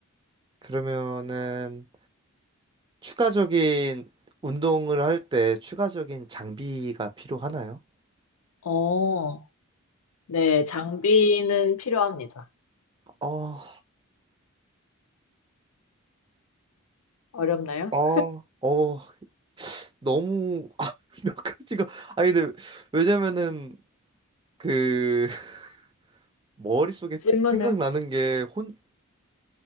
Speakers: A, on the right; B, on the left.
A: 그러면은 추가적인 운동을 할 때 추가적인 장비가 필요하나요?
B: 어, 네, 장비는 필요합니다.
A: 어,
B: 어렵나요?
A: 어, 어, 너무 <laughs> 아, 몇 가지가 아니 근데 왜냐면은 그 <laughs> 머릿속에
B: 질문을,
A: 생각나는 게 혼